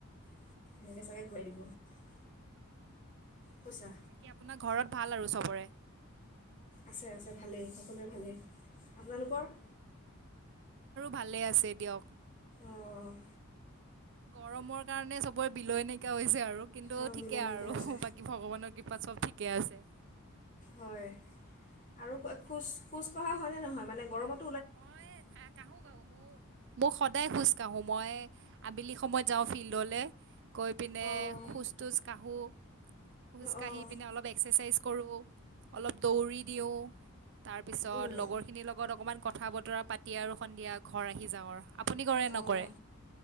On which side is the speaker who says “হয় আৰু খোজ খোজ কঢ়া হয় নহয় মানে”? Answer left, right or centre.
Left